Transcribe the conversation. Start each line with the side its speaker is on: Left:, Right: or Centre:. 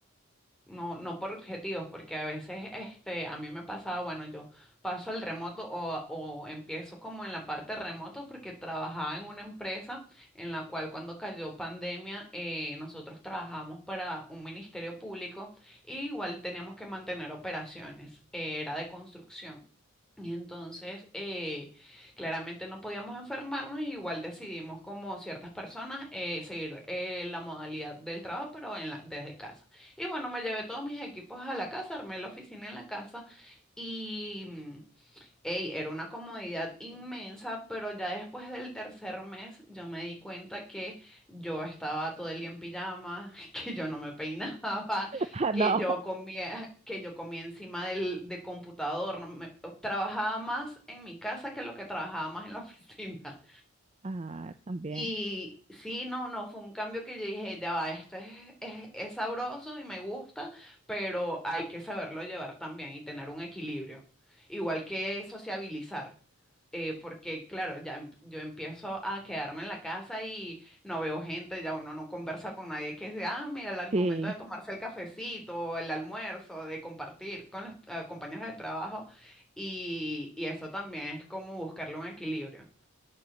Centre: No, no por objetivos, porque a veces este, a mí me pasaba, bueno, yo paso al remoto o, o empiezo como en la parte remoto porque trabajaba en una empresa en la cual cuando cayó pandemia eh, nosotros trabajamos para un ministerio público y igual teníamos que mantener operaciones, eh, era de construcción. Y entonces, eh, claramente no podíamos enfermarnos, y igual decidimos como ciertas personas eh, seguir eh, la modalidad del trabajo, pero en la- desde casa. Y bueno, me llevé todos mis equipos a la casa, armé la oficina en la casa y, mm, ey, era una comodidad inmensa, pero ya después del tercer mes yo me di cuenta que yo estaba todo el día en pijama, <laughs> que yo no me peinaba,
Right: Ah,
Centre: que
Right: No.
Centre: yo comía, que yo comía encima del, del computador, no me- trabajaba más en mi casa que lo que trabajaba más en la <laughs> oficina.
Right: Ah, también.
Centre: Y sí, no, no, fue un cambio que yo dije, ya va, esto es, es, es sabroso y me gusta, pero hay que saberlo llevar también y tener un equilibrio. Igual que sociabilizar, eh, porque claro, ya em- yo empiezo a quedarme en la casa y no veo gente, ya uno no conversa con nadie que sea, ah, mira, al
Right: Sí,
Centre: momento de tomarse el cafecito, o el almuerzo, de compartir con los eh, compañeros de trabajo, y, y eso también es como buscarle un equilibrio.